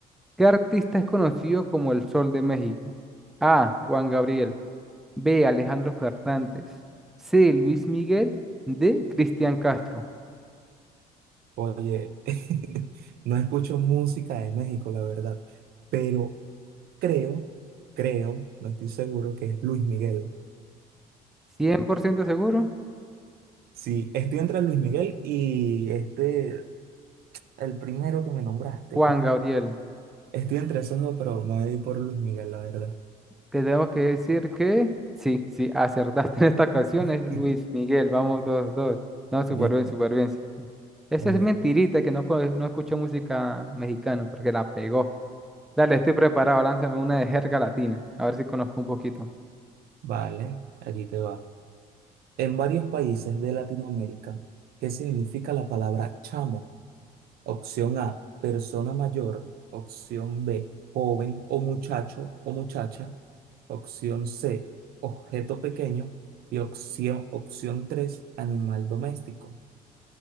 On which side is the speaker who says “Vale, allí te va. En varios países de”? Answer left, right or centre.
Right